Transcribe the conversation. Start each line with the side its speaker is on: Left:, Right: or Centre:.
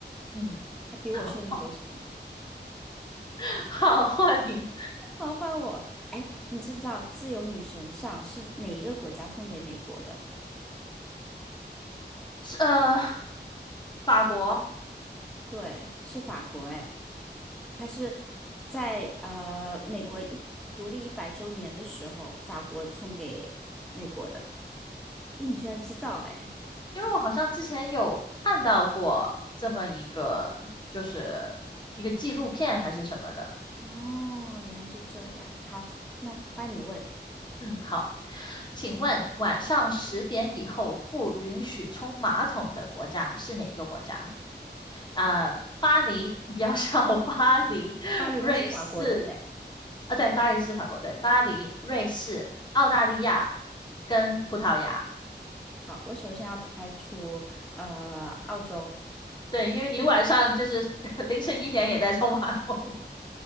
Left: 嗯，
Centre: 还比我寿命都长。
Left: 好，换 <laughs> 好换你，
Centre: <laughs> 好，换我。哎，你知不知道自由女神像是哪一个国家送给美国的？
Left: 是呃，法国，
Centre: 对，是法国。哎。它是在呃美国一独立一百周年的时候，法国送给美国的。诶，你居然知道诶，
Left: 因为我好像之前有看到过这么一个，就是一个纪录片还是什么的。
Centre: 哦，原来是这样。好，那欢迎你问，
Left: 嗯，好，请问晚上十点以后不允许冲马桶的国家是哪一个国家？呃，巴黎，比较笑，<laughs> 巴黎，
Centre: 巴黎那是法国，
Left: 瑞士，
Centre: 对不对？
Left: 啊，对，巴黎是法国，对，巴黎、瑞士、澳大利亚跟葡萄牙，
Centre: 好，我首先要排除呃澳洲，
Left: 对，因为你晚上就是 <laughs> 凌晨一点也在冲马桶，